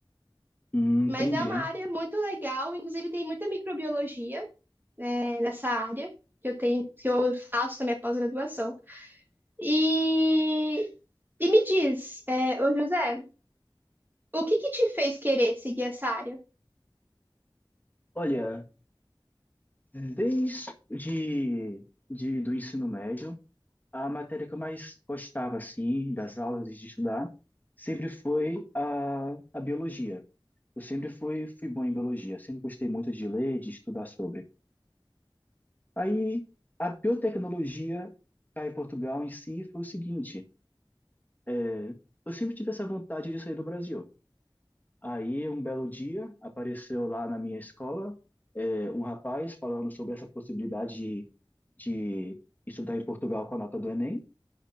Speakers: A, on the left (about 20°); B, on the right (about 20°).
A: Hum,
B: Mas
A: entendi.
B: é uma área muito legal, inclusive tem muita microbiologia, né, nessa área que eu tenho, que eu faço também a pós-graduação. E, e me diz, é, ô José, o que que te fez querer seguir essa área?
A: Olha, desde de, de- do ensino médio, a matéria que eu mais gostava, assim, das aulas de estudar, sempre foi a, a biologia. Eu sempre fui, fui bom em biologia, sempre gostei muito de ler, de estudar sobre. Aí, a biotecnologia cá em Portugal em si foi o seguinte, é, eu sempre tive essa vontade de sair do Brasil. Aí, um belo dia, apareceu lá na minha escola, é, um rapaz falando sobre essa possibilidade de, de estudar em Portugal com a nota do Enem.